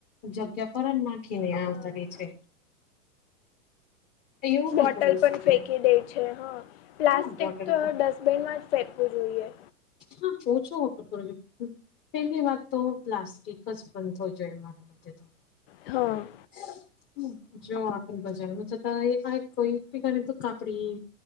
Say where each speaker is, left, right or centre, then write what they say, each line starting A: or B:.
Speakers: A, on the left (about 25°); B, on the left (about 45°).
A: જગ્યા પર જ નાખીને
B: હા
A: આવતા રહે છે. એવું
B: બોટલ
A: ના કરવું
B: પણ
A: જોઈએ
B: ફેંકી દે છે હા. પ્લાસ્ટિક
A: હા બોટલ
B: તો
A: પણ
B: ડસ્ટબિનમાં જ ફેંકવું જોઈએ.
A: હા ઓછો વાપર કરો છો પેલી વાત તો પ્લાસ્ટિક જ બંધ થવી જોઈએ મારો તે તો.
B: હા.
A: <inaudible> જો આપ બજારમાં છતાં આ કોઈની તો કાપડી